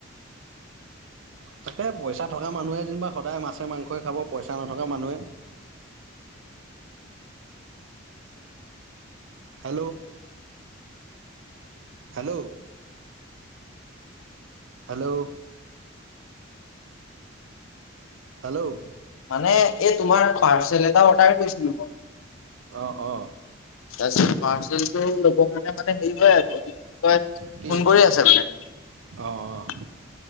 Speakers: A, on the right; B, on the left.
A: তাকে পইচা থকা মানুহে যেনিবা সদায় মাছে মাংসই খাব পইচা নথকা মানুহে হেল্ল' হেল্ল' হেল্ল' হেল্ল'
B: মানে এই তোমাৰ পাৰ্চেল এটা অৰ্ডাৰ কৰিছিলো মই
A: অ অ
B: ত পাৰ্চেলটো লব কাৰনে মানে হেৰি হয় আছে তই
A: কি
B: ফোন কৰি আছে মানে
A: অ', অ',